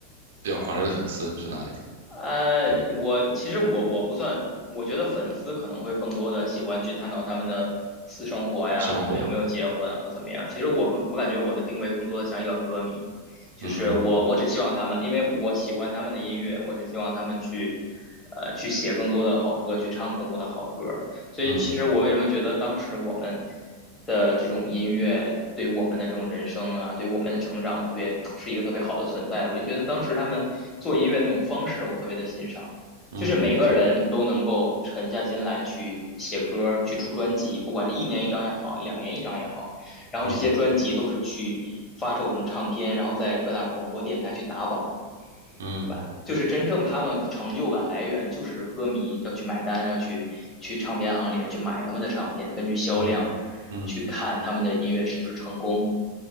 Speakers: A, on the right (about 60°); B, on the left (about 20°).
A: 比较狂热的粉丝？是哪一个？
B: 呃，
A: 有没有
B: 我其实我我不算，我觉得粉丝可能会更多的喜欢去探讨他们的私生活呀，
A: 生活？
B: 他们有没有结婚啊或怎么样。其实我更我感觉我的定位更多的像一个歌迷，就是我我只希望他们，
A: 嗯
B: 因为我喜欢他们的音乐，我只希望他们去，呃，去写更多的好歌，去唱更多的好歌。所以其实我为什么觉得当时我们
A: 嗯
B: 的这种音乐对我们的这种人生啊，对我们的成长特别是一个特别好的存在，我就觉得当时他们做音乐那种方式我特别的欣赏，
A: 嗯
B: 就是每个人都能够沉下心来去写歌，去出专辑，不管是一年一张也好，两年一张也好，然后这些专辑都是去发售成唱片，
A: 嗯
B: 然后在各大广播电台去打榜。
A: 嗯
B: 对吧？就是真正他们成就感来源，就是歌迷要去买单，要去去唱片行里面去买他们的唱片，根据销量
A: 嗯嗯，
B: 去看他们的音乐是不是成功。